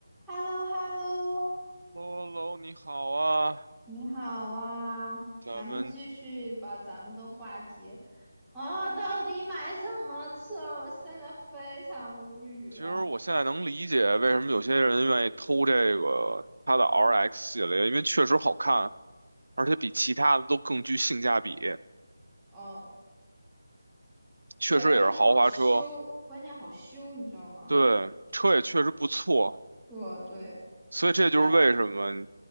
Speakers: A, in the centre; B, on the right.
A: h e l l o h e l l o
B: 喽喽，你好啊，
A: 你好啊，
B: 咱们
A: 咱们继续把咱们的话题。哦，到底买什么车？我现在非常无语。
B: 其实我现在能理解为什么有些人愿意偷这个它的 RX 系列，因为确实好看，而且比其他的都更具性价比，
A: 嗯，
B: 确实也是豪华车，
A: 对，而且好修，关键好修，你知道吗？
B: 对，车也确实不错，
A: 哦，对，
B: 所以这就是为什么
A: 但